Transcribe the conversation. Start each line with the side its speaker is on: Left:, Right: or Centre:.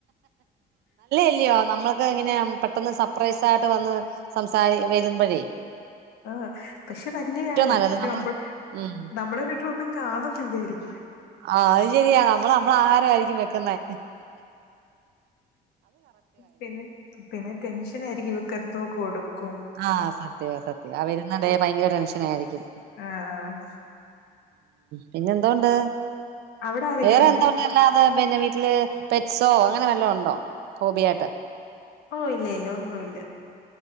Right: ഇല്ലോ നമ്മളക്ക ഇങ്ങനെ പെട്ടെന്ന് സർപ്രൈസ ആയിട്ട് വന്ന് സംസാരി വരിമ്പോഴേ
Left: ആ പക്ഷെ നല്ലയാണ്.
Right: നല്ലത്
Left: പക്ഷെ
Right: നമ്മള്
Left: നമ്മ
Right: ഉം
Left: നമ്മടെ വീട്ടിലൊന്നും കാണത്തില്ലായിരിക്കും.
Right: ആ അത് ശരിയാ നമ്മൾ നമ്മള ആഹാര ആയിരിക്കും വെക്കുന്നേ.
Left: പിന്നെ പിന്നെ ടെൻഷൻ ആയിരിക്കും, ഇവക്ക എന്തോ കൊടുക്കും.
Right: ആഹ സത്യ സത്യ ആ വരുന്ന ടെ ഭയങ്കര ടെൻഷന ആയിരിക്കും.
Left: ആഹ്
Right: പിന്നെ എന്തോണ്ട്,
Left: അവിടെ ആരൊക്കെയുണ്ട്
Right: വേറെ എന്തണ്ട് അല്ലാതെ പിന്നെ വീട്ടില് പെറ്റ്സോ അങ്ങന വല്ല ഉണ്ടോ, ഹോബി ആയിട്ട്.
Left: ഓ ഇല്ലേ ല്ല ഒന്നുല്ല.